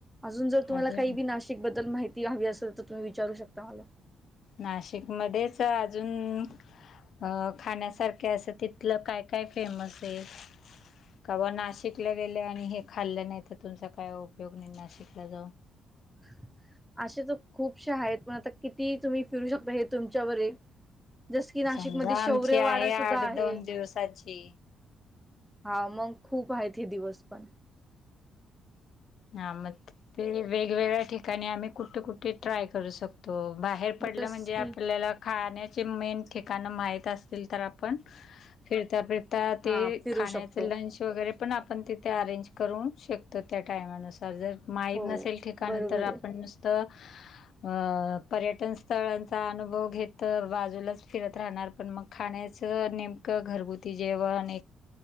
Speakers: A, in the centre; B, on the left.
A: अजून जर तुम्हाला
B: अजून
A: काही बी नाशिक बद्दल माहिती हवी असेल तर तुम्ही विचारू शकता मला.
B: नाशिक मध्येच अजून अं खाण्यासारखे असं तिथलं काय काय फेमस ये? कवा नाशिकला गेले आणि हे खाल्लं नाही तर तुमचा काय उपयोग नाही नाशिकला जाऊन?
A: <unintelligible> असे तर खूपशे आहेत पण आता किती तुम्ही फिरू शकता हे तुमच्यावर ये. जसं की नाशिकमध्ये
B: समजा
A: शौर्यवाडा
B: आमची आहे आठ
A: सुद्धा आहे.
B: दोन दिवसाची
A: हा मग खूप आहेत हे दिवस पण.
B: हा मग ते वेगवेगळ्या ठिकाणी आम्ही कुठे कुठे ट्राय करू शकतो? होय बाहेर पडलं
A: जस
B: म्हणजे आपल्याला
A: की
B: खाण्याचे मेन ठिकाणं माहित असतील तर आपण फिरता फिरता
A: हा
B: ते
A: फिरू
B: खाण्याचे
A: शकतो
B: लंच वगैरे पण आपण तिथे अरेंज करू शकतो त्या टायमा नुसार जर माहीत
A: हो
B: नसेल ठिकाणं
A: बरोबर
B: तर आपण
A: आहे.
B: नुसतं
A: <unintelligible>
B: अ पर्यटन स्थळांचा अनुभव घेत तर बाजूलाच फिरत राहणार पण मग खाण्या चे नेमक घरगुती जेवण